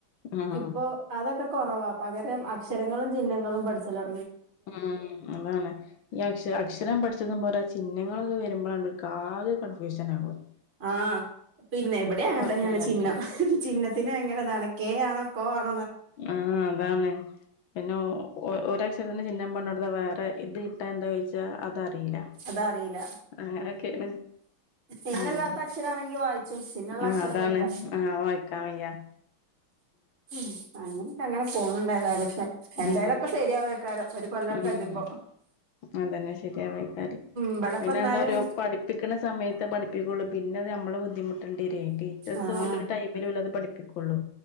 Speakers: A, on the left; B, on the right.
A: ഉം
B: ഇപ്പൊ അതൊക്കെ കുറവാ പകരം അക്ഷരങ്ങളും ചിഹ്നങ്ങളും പഠിച്ചലോ
A: ഉ അതാണ് ഈ അക്ഷ അക്ഷരം പഠിച്ചതും പോരാ ചിഹ്നങ്ങളൊക്കെ വരുമ്പോഴാണ് ഓൽക്ക് ആകെ കൺഫ്യൂഷൻ ആകുന്നത്
B: ആഹ പിന്നെ ഇവിടെ അങ്ങനെ
A: കൊഴപ്പല്ലാക്ക
B: തന്നെയാണ് ചിഹ്നം ചിഹ്നത്തിന് ഭയകര താണ് കെ ആണോ കൊ ആണോ
A: ആഹ അതാണ് പിന്നെ ഒരക്ഷരത്തിന് ചിഹ്നംപറഞ്ഞു കൊടുതാ വേറെ ഇത് ഇട്ടാൽഎന്താ ചോയ്ച്ചാ അതറില്ല
B: അതറിയില്ല
A: അങ്ങനെയൊക്കെയാണ്
B: ചിഹ്നല്ലാത്ത
A: ഉം
B: അക്ഷരാണെങ്കി വായിച്ചും ചിഹ്നള്ള
A: ആഹ
B: അക്ഷരം
A: അതാണ്
B: വെജ്ജ
A: ആഹ് വായിക്കാൻ വയ്യാ
B: ഉ അങ്ങനക്ക അങ്ങനെ പോുണുണ്ടേതായാലും എന്തായാലുംക്കെ
A: ഉം
B: ശരിയാവ കാരം ഒരു കൊല്ലാം
A: ഉം
B: കജു മ്പോ
A: അതന്നെ ശരിയാവയ്കാരം
B: ഇബടെപ്പന്നാലും
A: പിന്നെ എന്താ പറയ പഠിപ്പിക്കണ സമയത്ത് പഠിപ്പിക്കുള്ള പിന്നെ അത് ‌നമ്മൾ ബുദ്ധിമുട്ടട്ടി വരും ടിച്ചേഴ്സ്
B: ആഹ്
A: ഓല് ഒരു ടെമിൽ ഉള്ളത് പഠിപ്പിക്കും ഒള്ളു